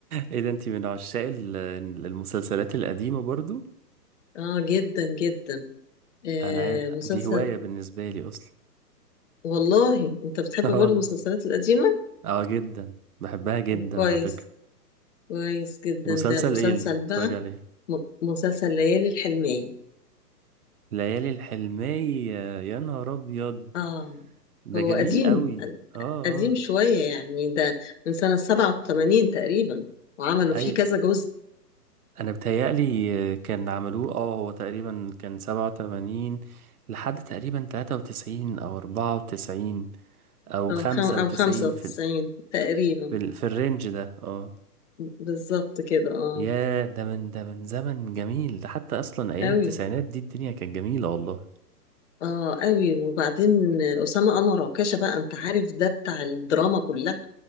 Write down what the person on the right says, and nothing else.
ايه ده انتي من عشاق ال- المسلسلات القديمة برضو
انا عا-
دي هواية بالنسبة لي اصلا
<laughs> والله.
اه جدا بحبها جدا
على فكرة
مسلسل
ايه اللي كنت بتتفرج
عليه
ليالي الحلمية يا نهار ابيض
ده
جميل
قوي اه
اه
اي
انا بتهيألي كان عملوه اه هو تقريبا كان سبعة وتمانين لحد تقريبا تلاتة وتسعين او اربعة وتسعين او
خمسة
وتسعين
في ال...
في, ال... في الرينج ده اه
ياه ده من ده من زمن جميل ده حتى اصلا ايام
التسعينات دي الدنيا كانت جميلة والله